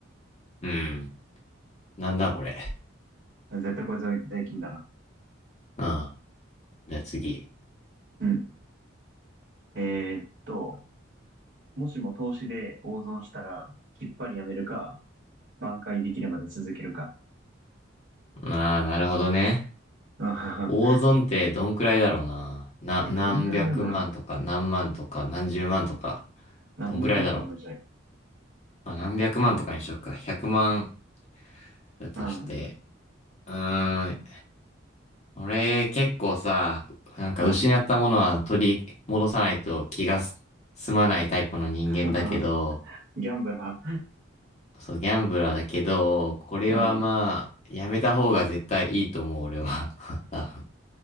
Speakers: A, on the left (about 35°); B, on the right (about 55°).
A: うん、なんだこれ。
B: 絶対これ税税金だな。
A: うん。じゃあ次。
B: うん。えーっと、もしも投資で大損したら、きっぱりやめるか、挽回できるまで続けるか。
A: まあ、なるほどね。
B: うん
A: 大損ってどんくらいだろうな。な、
B: <laughs>
A: 何百万とか何万とか何十万とか、
B: え、どんぐらいなんだろう。何百万とかなんじゃない
A: どんくらいだろう。まあ、何百万とかにしとくか。100万だとして。
B: うん
A: うーん。俺結構さ、なんか失ったものは取り戻さないと気がす済まないタイプの人間だけど、
B: うん <laughs> ギャンブラ
A: そう、ギャンブラーだけど、これはまあ、
B: ー。うん。
A: やめた方が絶対いいと思う、俺は。<laughs> 多分